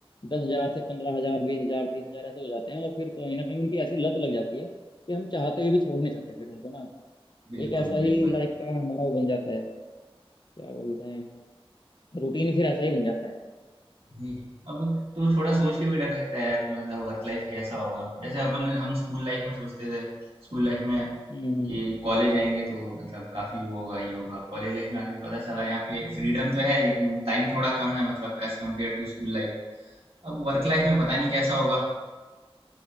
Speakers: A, on the left (about 50°); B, on the right (about 75°).
A: दस हजार से पंद्रह हजार बीस हजार तीस हजार ऐसे हो जाते हैं और फिर कहीं ना कहीं उनकी ऐसी लत लग जाती है कि हम चाहते हुए भी छोड़ नहीं सकते फिर उनको ना
B: बिल्कुल,
A: एक ऐसा ही
B: बिल्कुल।
A: लाइफ का हमारा वो बन जाता है क्या बोलते हैं रूटीन फिर ऐसा ही बन जाता है
B: ही अब तो थोड़ा सोच के भी डर लगता है यार कि मतलब वर्क लाइफ कैसा होगा? जैसे अपन हम स्कूल लाइफ में सोचते थे, स्कूल लाइफ में
A: हम्म
B: कि कॉलेज आएँगे तो मतलब काफ़ी वो होगा, ये होगा। कॉलेज लाइफ में आके पता चला यहाँ पे फ्रीडम तो है लेकिन टाइम थोड़ा कम है मतलब as compare to school life. अब वर्क लाइफ में पता नहीं कैसा होगा?